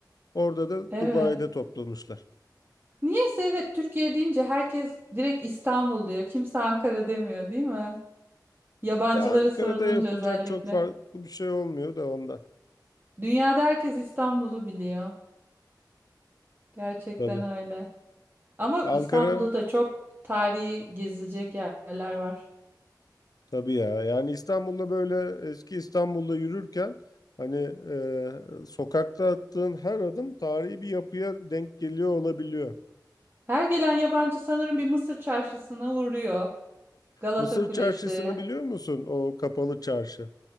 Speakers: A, on the left; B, on the right.
A: Orada da
B: Evet.
A: Dubai'de toplamışlar.
B: Niyeyse evet Türkiye deyince herkes direkt İstanbul diyor. Kimse Ankara demiyor değil mi? Yabancılara
A: E Ankara'da
B: sorulunca
A: yapılacak
B: özellikle.
A: çok farklı bir şey olmuyor da ondan
B: Dünyada herkes İstanbul'u biliyor. Gerçekten
A: tabii.
B: öyle. Ama İstanbul'da
A: Ankara
B: da çok tarihi gezilecek yerler var.
A: Tabii ya. Yani İstanbul'da böyle eski İstanbul'da yürürken hani e, sokakta attığın her adım tarihi bir yapıya denk geliyor olabiliyor.
B: Her gelen yabancı sanırım bir Mısır çarşısına uğruyor. Galata
A: Mısır
B: Kulesi.
A: Çarşısı'nı biliyor musun? O kapalı çarşı.